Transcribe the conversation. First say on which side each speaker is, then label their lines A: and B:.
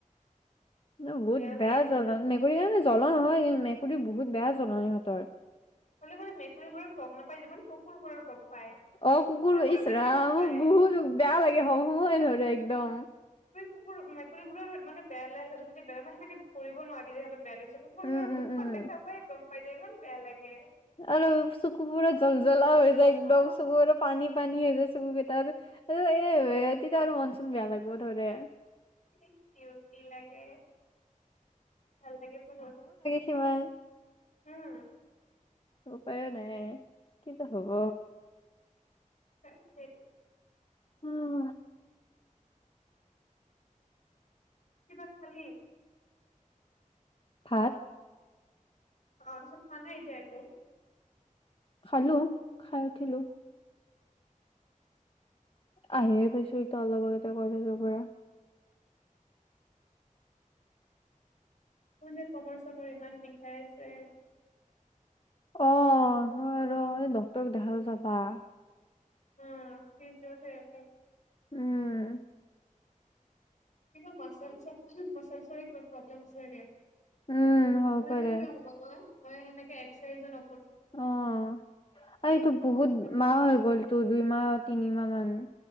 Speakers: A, on the left (about 40°); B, on the left (about 60°).
A: ন বহুত
B: বেয়াও লাগে
A: বেয়া
B: দেচোন
A: জলন মেকুৰী হয় ন জ্বলন হয় মেকুৰী বহুত বেয়া জ্বলন ইহঁতৰ
B: হ'লে মানে মেকুৰীবোৰৰ গম নাপায় যিমান কুকুৰবোৰৰ গম পায়
A: অ কুকুৰ
B: কুকুৰবোৰৰ
A: ইচ
B: বেছি
A: ৰাম
B: গম পায়
A: বহুত বেয়া লাগে হমহমে ধৰে একদম
B: কুুকুৰ মেকুৰীবোৰৰ মানে বেয়া লাগে সিহঁক যদি সেনেকে ধৰিব নোৱাৰি সিহঁতক বেয়া লাগিছে। কুকুৰবোৰৰ
A: উম উম
B: মুখখন
A: উম
B: দেখা পায় গম হয় দে ইমান বেয়া লাগে।
A: আৰু চুকু পোৰা জ্বল জ্বলা হৈ যায়
B: অ
A: একদম চুকুবোৰে পানী পানী যে চকুকেইটাৰ। আৰু এ তেতিয়া মন চোন বেয়া লাগব ধৰে
B: কি কিয় কি লাগে? ভাল লাগে বহুত
A: কিমান?
B: উম
A: উপায়ো নাই, কি যে হব!
B: আ <unintelligible>
A: উম
B: কিবা খালি?
A: ভাত
B: অ তাছত খোৱা নাই এতিয়া একো?
A: খালো খাই উঠিলো। আহিয়ে পাইছো এতিয়া অলপ আগতে কলেজৰ পৰা।
B: মোৰ যে কমৰ চমৰ ইমান বিষাই আছে।
A: অ ন ৰ ডক্টৰক দেখাব যাবা।
B: অ চি য থ আছে।
A: উম।
B: কি মছেলছ উ মছেলছৰ কিবা প্ৰলেম হয়েছে।
A: উম হ'ব
B: নয়নো
A: পাৰে
B: কিয় হ'ব ন। মই সেনেকে এক্সাইজ ন।
A: অ আৰু এইটো
B: মোৰ
A: বহুত
B: কষ্ট
A: মাহ হৈ গলটো দুইমাহ তিনিমাহ মান।